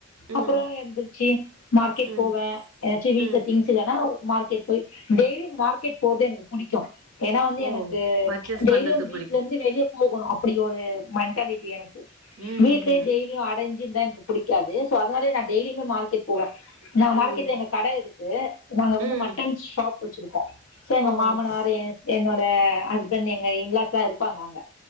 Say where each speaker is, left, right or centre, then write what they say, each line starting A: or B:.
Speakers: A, on the right; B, on the left.
A: ம்
B: அப்புறோ எந்திரிச்சு மார்க்கெட்
A: ம்
B: போவே ஏதாச்சு
A: ம்
B: வீட்ல திங்ஸ் இல்லனா மார்க்கெட் போய் டெய்லி மார்க்கெட் போறது எனக்கு புடிக்கூ ஏன்னா வந்து
A: ஓ
B: எனக்கு
A: பர்ச்சேஸ்
B: டெய்லி
A: பண்றது
B: அந்த
A: புடிக்கு
B: வீட்ல இருந்து வெளியே போகணு அப்டி ஒரு மென்டாலிட்டி எனக்கு
A: ம்ஹ்ஹும்
B: வீட்லையே டெய்லி அடஞ்சிருந்தா எனக் புடிக்காது சோ அதனால நா டெய்லியுமே மார்கெட் போவே நா
A: ம்
B: மார்கெட்ல
A: ம் ம்
B: எங்க கட இருக்கு நாங்க வந்து
A: ம்
B: மட்டன் ஷாப் வச்சிருக்கோ சோ எங்க
A: ஓ
B: மாமனாரு
A: ஓகே
B: என்னோட ஹஸ்பண்ட் எங்க இன்லாஸ்லா இருப்பாங்க அங்க